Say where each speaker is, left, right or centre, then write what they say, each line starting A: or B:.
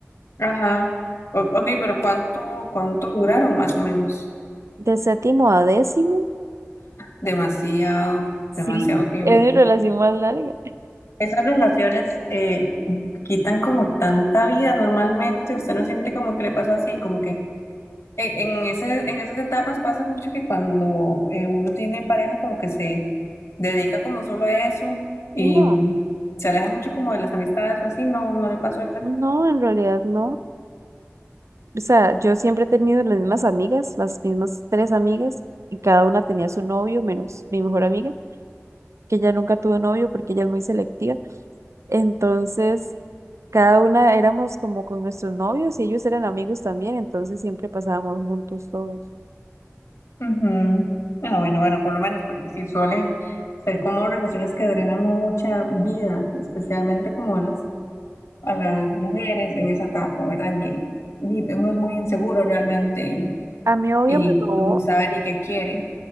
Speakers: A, on the left (about 70°); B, on the right (about 75°).
A: Ajá. O- ok, pero ¿cuánto, cuánto duraron más o menos?
B: De séptimo a décimo,
A: Demasiado,
B: sí,
A: demasiado tiempo.
B: es mi relación más larga.
A: Esas relaciones eh, quitan como tanta vida normalmente. Usted no siente como que le pasa así, como que en, en ese, en esas etapas pasa mucho que cuando eh, uno tiene pareja como que se dedica como solo a eso y
B: No.
A: mm, se aleja mucho como de las amistades o así, no, no le pasó igual.
B: No, en realidad no. O sea, yo siempre he tenido las mismas amigas, las mismas tres amigas, y cada una tenía su novio, menos mi mejor amiga, que ella nunca tuvo novio porque ella es muy selectiva. Entonces, cada una éramos como con nuestros novios y ellos eran amigos también, entonces siempre pasábamos juntos todos.
A: Ujú. Ah, bueno, bueno, por lo menos, porque sí suelen ser como relaciones que drenan mucha vida, especialmente como a las, a las mujeres en esa etapa, ¿verdad? En que di- uno es muy inseguro realmente y,
B: A mí obvio
A: y
B: me robó,
A: no sabe ni qué quiere.